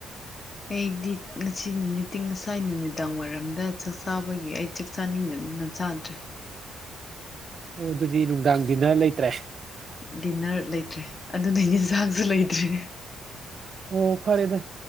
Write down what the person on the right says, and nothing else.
ꯑꯣ ꯑꯗꯨꯗꯤ ꯅꯨꯡꯗꯥꯡꯗꯤꯅ ꯂꯩꯇ꯭ꯔꯦ
ꯑꯣ ꯐꯔꯦꯗ